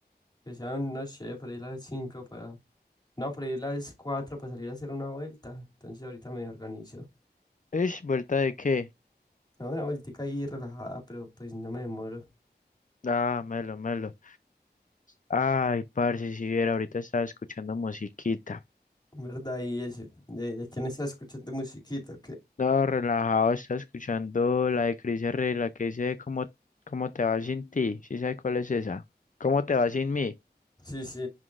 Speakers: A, on the left (about 25°); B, on the left (about 50°).
A: que sean, no sé, por ahí las 5 para... No, por ahí las 4 para salir a hacer una vuelta. Entonces ahorita me organizo.
B: ¿Es vuelta de qué?
A: No, una vueltica ahí relajada, pero pues no me demoro.
B: Ah, melo, melo. Ay, parce, si viera, ahorita estaba escuchando musiquita.
A: ¿Verdad? Y eso, ¿de, de quién está escuchando musiquita? Que...
B: No, relajado, estaba escuchando la de Cris Herrera, la que dice cómo, cómo te va sin ti. ¿Sí sabe cuál es esa? ¿Cómo te va sin mí?
A: Sí, sí,